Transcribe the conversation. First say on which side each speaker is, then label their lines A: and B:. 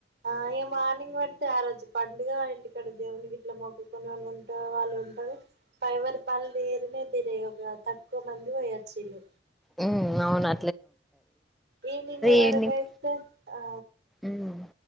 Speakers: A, on the right (about 60°); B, in the centre.
A: ఆ ఇగ మార్నింగ్ పడితే ఆ రోజు పండుగా ఇంటి కాడ దేవున్ని గిట్ల మొక్కుకునే వాళ్ళు ఉంట వాళ్ళు ఉంటారు ఎవరి పనులు తీరనే తిరే తక్కువ మంది పోయొచ్చిళ్ళు
B: ఉమ్ అవునా
A: ఈవనింగ్ వరకు
B: ఈవినింగ్
A: ఐతే ఆ
B: ఉమ్